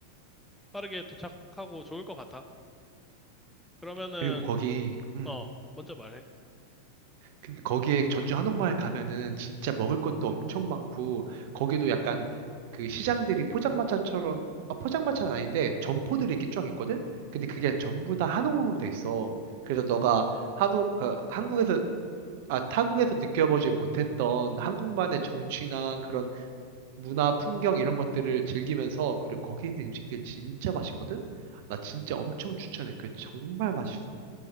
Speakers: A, in the centre; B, on the right.
A: 빠르게 도착하고 좋을 것 같아. 그러면은
B: 그리고 거기, 음.
A: 어 먼저 말해.
B: 근데 거기에 전주 한옥마을 가면은 진짜 먹을 것도 엄청 많고 거기도 약간 그 시장들이 포장마차처럼, 아, 포장마차는 아닌데 점포들이 이렇게 쫙 있거든? 근데 그게 전부 다 한옥으로 돼 있어. 그래서 너가 한옥, 그 한국에서 아, 타국에서 느껴보지 못했던 한국만의 정취나 그런 문화, 풍경 이런 것들을 즐기면서 그리고 거기 있는 음식들 진짜 맛있거든? 나 진짜 엄청 추천해. 그 정말 맛있어.